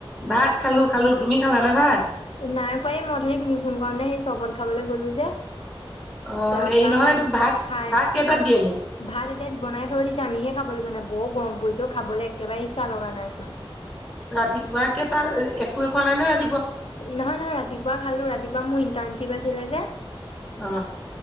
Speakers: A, in the centre; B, on the left.
A: ভাত খালোঁ খালোঁ তুমি খালানে ভাত?
B: এ নাই খোৱা এই মই অথনি তুমি ফোন কৰোঁতে সেই চৰবত খাবলৈ গলোঁ যে
A: অ
B: তাৰপৰা
A: হেৰি নহয়
B: সেই
A: এইটো ভাত
B: খাই
A: ভাত কেইটাত
B: আম
A: দিয়েনো
B: ভাত এতিয়া বনাই থৈ দিছে আমিহে খাবলৈ যোৱা নাই বৰ গৰম পৰিছে অ খাবলৈ একেবাৰে ইচ্ছা লগা নাই চোন
A: ৰাতিপুৱা কেইটা একোৱেই খোৱা নাই নহয়
B: নহয়-নহয় ৰাতিপুৱা খালো ৰাতিপুৱা মোৰ ইণ্টাৰ্ণশ্বিপ আছিলে যে
A: আহ